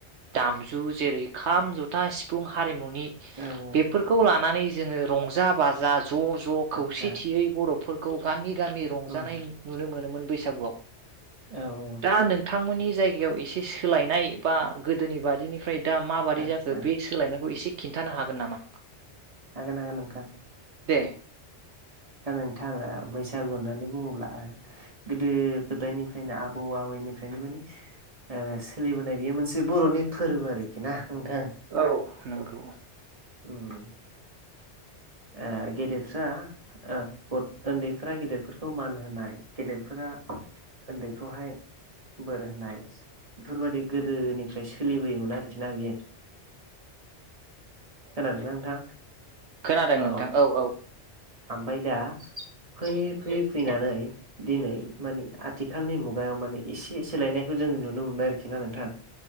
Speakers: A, on the right (about 75°); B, on the right (about 30°).
A: दामजु जेरै खाम, जथा, सिफुं हारिमुनि
B: औ
A: बेफोरखौ लानानै जोङो रंजा बाजा ज' ज'
B: आतसा
A: खौसेथियै बर'फोरखौ गामि गामि रंजानाय
B: उम
A: नुनो मोनोमोन। बैसागुयाव।
B: औ औ
A: दा नोंथां‌ मोननि जायगायाव एसे सोलायनाय बा गोदोनि बादिनिफ्राय दा मा बायदि
B: आदसा
A: जाखो बे सो खौ एसे खिन्थानो हागोन नामा?
B: हागोन नागोन नोंथां।
A: दे।
B: दा नोंथांङा बैसागु होननानै बुङोब्ला गोदो गोदायनिफ्रायनो आबौ आबै बेनिफ्रायनो माने ओ सोलिबोनाय बेयो मोनसे बरनि फोरबो आरोखि ना। नोंथां
A: औ नंगौ।
B: उम। ओ गेदेरफ्रा ओ उन्दैफ्रा गेदेरफोरखौ मान होनाय गेदेरफोरा उन्दैखौहाय बोर होनाय बेफोरबायदि गोदोनिफ्राय सोलिबोयोमोन आरोखि ना बियो। <inaudible> खोनादों ना नोंथां
A: खोनादों
B: अ
A: नोंथां औ औ
B: ओमफ्राय दा फैयै फैयै फैनानै दिनै माने आथिखालनि मुगायाव माने एसे सोलायनायखौ जोङो नुनो मोनबाय आरोखि ना नोंथां।